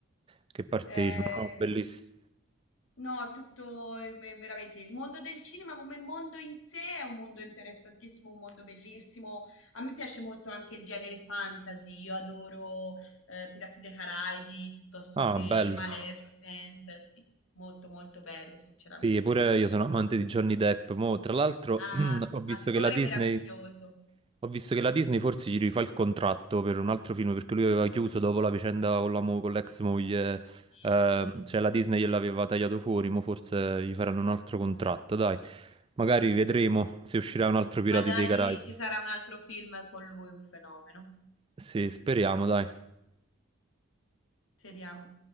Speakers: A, on the right; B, on the left.
A: che partecipano,
B: Eh,
A: no, bellissimo.
B: No, tutto eh, veramente il mondo del cinema come mondo in sé è un mondo interessantissimo, un mondo bellissimo. A me piace molto anche il genere fantasy. Io adoro eh, Pirati dei Caraibi piuttosto
A: Ah,
B: che
A: bello.
B: Maleficent. Sì, molto molto bello, sinceramente.
A: Sì, pure io sono amante di Johnny Depp. Mo, tra l'altro,
B: Ah,
A: <clears throat> ho visto
B: attore
A: che la Disney
B: meraviglioso.
A: Ho visto che la Disney forse gli rifà il contratto per un altro film perché lui aveva chiuso dopo la vicenda con la mo- con l'ex moglie,
B: Sì,
A: eh,
B: sì, sì,
A: cioè
B: sì.
A: la Disney gliel'aveva tagliato fuori, ma forse gli faranno un altro contratto, dai. Magari vedremo se uscirà un altro Pirati
B: Magari
A: dei Caraibi.
B: ci sarà un altro film con lui, un fenomeno.
A: Sì, speriamo, dai.
B: Speriamo.